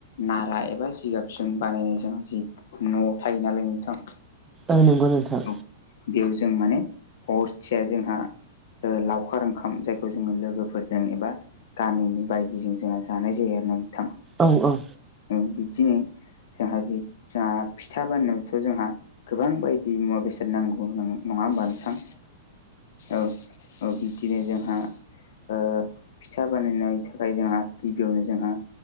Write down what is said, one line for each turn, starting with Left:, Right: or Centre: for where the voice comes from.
Left: नारा एबा जिगाबजों बानायनाय जोंहा जि न' थायो नालाय नोंथां
Right: आं नंगौ नोंथां
Left: औ बेयाव जों माने हरसेया जोंहा ओ लावखार ओंखाम जायखौ जोङो लोगोफोरजों एबा गामिनि बायजिजों जोंहा जानाय जायो आरोना नोंथां।
Right: औ औ।
Left: औ बिबदिनो जोंहा जि जोंहा फिथा बानायनायावथ' जोंहा गोबां बाय दि मुवा बेसाद नांगौ नं नङा होनबा नोंथां औ। औ बिबदिनो जोंहा ओ फिथा बानायनाय थाखाय जोंहा गिबियावनो जोंहा